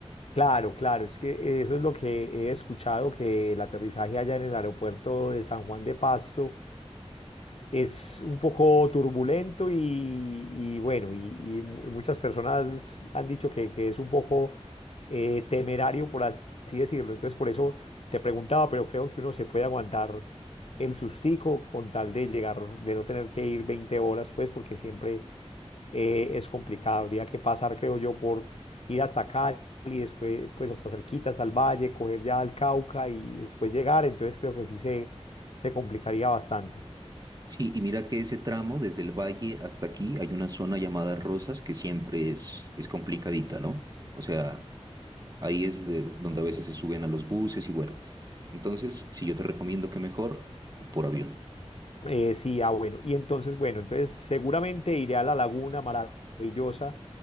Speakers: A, on the left (about 65°); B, on the right (about 35°).
A: Claro, claro, es que eso es lo que he escuchado, que el aterrizaje allá en el aeropuerto de San Juan de Pasto es un poco turbulento y, y bueno, y, y mu- muchas personas han dicho que, que es un poco eh, temerario, por as- así decirlo. Entonces, por eso te preguntaba, pero creo que uno se puede aguantar el sustico con tal de llegar, de no tener que ir 20 horas, pues, porque siempre eh, es complicada. Habría que pasar, creo yo, por ir hasta Cali, después, pues hasta cerquita, hasta el Valle, coger ya al Cauca y después llegar. Entonces creo que sí se, se complicaría bastante.
B: Sí, y mira que ese tramo desde el valle hasta aquí hay una zona llamada Rosas que siempre es, es complicadita, ¿no? O sea, ahí es de- donde a veces se suben a los buses y bueno. Entonces, si yo te recomiendo que mejor por avión.
A: Eh, sí, ah, bueno. Y entonces, bueno, entonces seguramente iré a la laguna maravillosa.